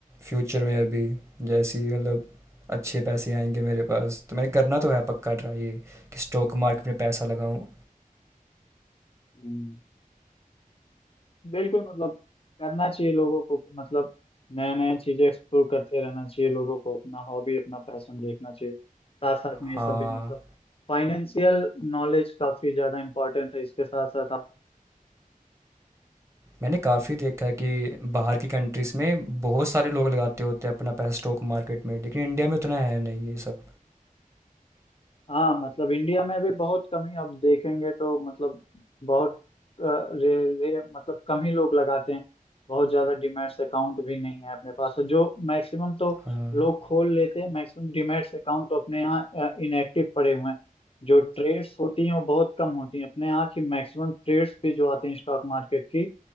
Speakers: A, on the right; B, on the left.
A: फ्यूचर में अभी जैसे ही मतलब अच्छे पैसे आएंगे मेरे पास तो मैंने करना तो है पक्का ट्राई ये कि स्टॉक मार्केट में पैसा लगाऊँ
B: हम्म। बिल्कुल मतलब करना चाहिए लोगों को कि मतलब नया नया चीजें एक्सप्लोर करते रहना चाहिए लोगों को अपना हॉबी अपना पैशन देखना चाहिए साथ साथ में
A: हाँ
B: ये सब भी मतलब फाइनेंशियल नॉलेज काफी ज्यादा इम्पोर्टेंट है इसके साथ साथ
A: मैंने काफ़ी देखा है कि बाहर की कंट्रीज़ में बहुत सारे लोग लगाते होते हैं अपना पैसा स्टॉक मार्केट में लेकिन इंडिया में उतना है नहीं ये सब
B: हाँ मतलब इंडिया में भी बहुत कम ही आप देखेंगे तो मतलब बहुत अ, रे, रे, मतलब कम ही लोग लगाते हैं बहुत ज्यादा डीमैट्स अकाउंट भी नहीं है अपने पास और जो मैक्सिमम तो
A: हाँ
B: लोग खोल लेते हैं मैक्सिमम डीमैट्स अकाउंट तो अपने यहाँ इनएक्टिव पड़े हुए हैं जो ट्रेड्स होती हैं वो बहुत कम होती हैं अपने यहाँ की मैक्सिमम ट्रेड्स भी जो आती हैं स्टॉक मार्केट की